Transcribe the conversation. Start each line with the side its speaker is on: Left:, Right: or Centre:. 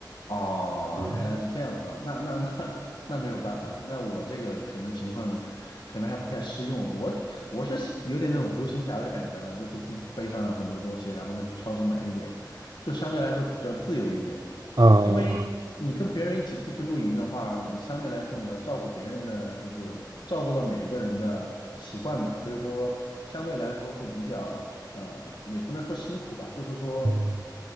Left: 哦，
Right: 嗯
Left: 原来是这样子啊。那那那那没有办法了。那我这个可能情况可能还不太适用。我我是喜有点那种独行侠的感觉了，就是自己背上很多东西，然后呢去超市买一点，就相对来说比较自由一点。
Right: 嗯嗯
Left: 因为你跟别人一起出去露营的话，你相对来说你要照顾别人的，就是照顾到每一个人的习惯嘛，所以说相对来说会比较呃，也不能说辛苦吧，就是说
Right: 嗯，嗯